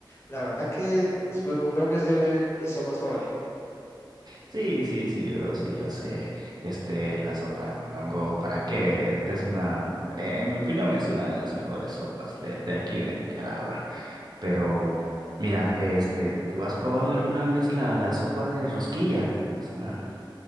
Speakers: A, on the left; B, on the right.
A: La verdad que la sopa de mondongo es de mis sopas favoritas.
B: Sí, sí, sí, bro, sí, yo sé. Este, la sopa de mondongo, ¿para qué? Es, es una, eh, en mi opinión, es una de las mejores sopas de, de aquí de Nicaragua. Pero, mira, este, ¿tú has probado alguna vez la, la sopa de rosquilla? Es una,